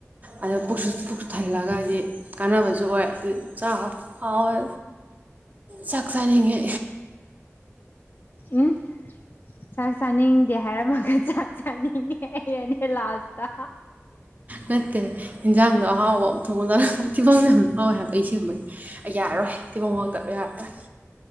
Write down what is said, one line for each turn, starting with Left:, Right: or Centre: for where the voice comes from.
Right: ꯑꯗꯣ ꯄꯨꯛꯁꯨ
Left: ꯎꯝ
Right: ꯊꯜꯂꯒ ꯍꯥꯏꯗꯤ ꯀꯥꯟꯅꯕꯁꯨ ꯑꯣꯏ ꯑꯗꯨ ꯆꯥ ꯍꯥꯎꯋꯦ ꯆꯥꯛ ꯆꯥꯅꯤꯡꯉꯦ
Left: ꯎꯝ ꯆꯥꯛ ꯆꯥꯅꯤꯡꯗꯦ ꯍꯥꯏꯔꯝꯃ ꯆꯥꯛ ꯆꯅꯤꯡꯉꯦ ꯌꯦꯅꯦ ꯂꯥꯁꯇꯥ
Right: ꯅꯠꯇꯦ ꯍꯦꯟꯖꯥꯡꯗꯣ ꯑꯍꯥꯎꯕ ꯑꯃ ꯊꯣꯡꯉꯥ ꯆꯥꯅꯤꯡꯕ ꯊꯤꯕꯣꯡꯖꯦ ꯌꯥꯝ ꯂꯎꯋꯦ ꯍꯥꯏꯕ ꯑꯩ ꯁꯦꯝꯕꯩꯅꯤ ꯑꯩ ꯌꯥꯔꯔꯣꯏ ꯊꯤꯕꯣꯡ ꯋꯔꯛꯇꯕ ꯌꯥꯔꯔꯣꯏ